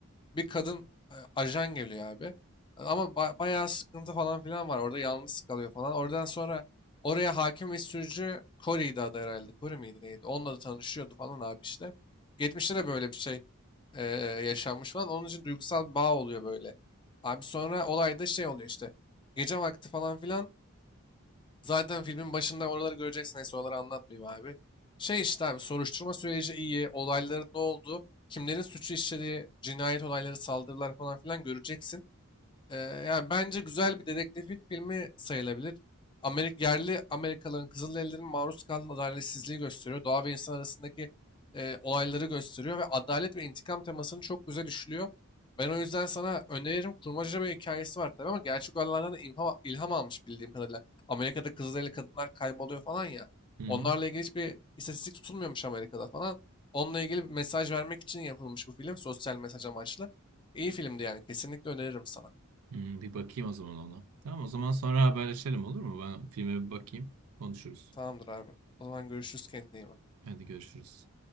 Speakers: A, on the left (about 20°); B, on the right (about 85°).
A: bir kadın e, ajan geliyor abi. Ama ba- bayağı sıkıntı falan filan var. Orada yalnız kalıyor falan. Oradan sonra oraya hakim ve sürücü Corey'di adı herhalde. Corey miydi neydi? Onunla da tanışıyordu falan abi işte. Geçmişte de böyle bir şey e, yaşanmış falan. Onun için duygusal bir bağ oluyor böyle. Abi sonra olayda şey oluyor işte. Gece vakti falan filan Zaten filmin başında oraları göreceksin. Neyse oraları anlatmayayım abi. Şey işte abi soruşturma süreci iyi. Olayların ne olduğu, kimlerin suçu işlediği, cinayet olayları, saldırılar falan filan göreceksin. Ee, yani bence güzel bir dedektiflik filmi sayılabilir. Amerik yerli Amerikalıların Kızılderililerin maruz kaldığı adaletsizliği gösteriyor. Doğa ve insan arasındaki e, olayları gösteriyor ve adalet ve intikam temasını çok güzel işliyor. Ben o yüzden sana öneririm. Kurmaca bir hikayesi var tabii ama gerçek olaylardan da ilham, ilham almış bildiğim kadarıyla. Amerika'da Kızılderili kadınlar kayboluyor falan ya.
B: Hı hı.
A: Onlarla ilgili hiçbir istatistik tutulmuyormuş Amerika'da falan. Onunla ilgili bir mesaj vermek için yapılmış bu film. Sosyal mesaj amaçlı. İyi filmdi yani. Kesinlikle öneririm sana.
B: Hmm, bir bakayım o zaman ona. Tamam o zaman sonra haberleşelim olur mu? Ben filme bir bakayım konuşuruz.
A: Tamamdır abi. O zaman görüşürüz kendine iyi bak.
B: Hadi görüşürüz.